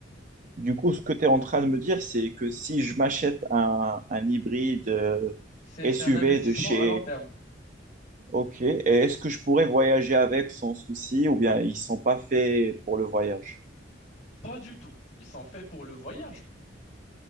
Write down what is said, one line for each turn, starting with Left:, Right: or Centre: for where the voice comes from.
Right: Du coup, ce que tu es en train de me dire, c'est que si je m'achète un, un hybride euh,
Left: C'est,
Right: SUV
Left: c'est un investissement
Right: de chez...
Left: à long terme.
Right: Ok, et est-ce que je pourrais voyager avec sans souci ou bien ils sont pas faits pour le voyage?
Left: Pas du tout. Ils sont faits pour le voyage.